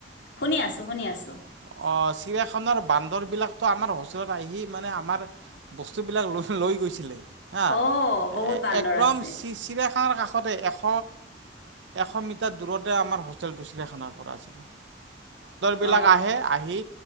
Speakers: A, on the left; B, on the right.
A: শুনি আছো শুনি আছো।
B: অ', চিৰিয়াখানাৰ বান্দৰবিলাকতো আমাৰ হোষ্টেলত আহি মানে আমাৰ বস্তুবিলাক লৈ লৈ গৈছিলে। হা
A: অ
B: এ
A: বহুত বান্দৰ
B: একদম
A: আছে
B: চি-চিৰাখানাৰ কাষতে এশ এশ মিটাৰ দূৰতে আমাৰ হোষ্টেলটো চিৰিয়াখানাৰ পৰা আছিলে। বিলাক
A: অ
B: আহে আহি